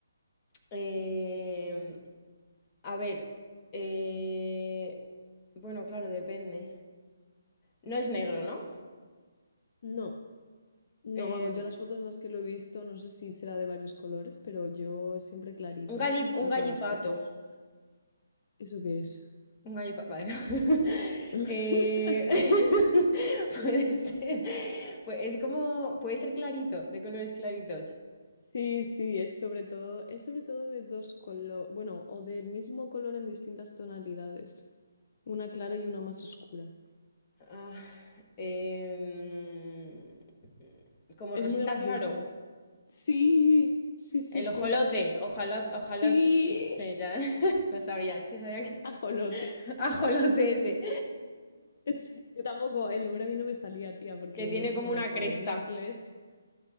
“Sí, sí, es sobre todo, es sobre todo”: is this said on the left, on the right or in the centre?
Left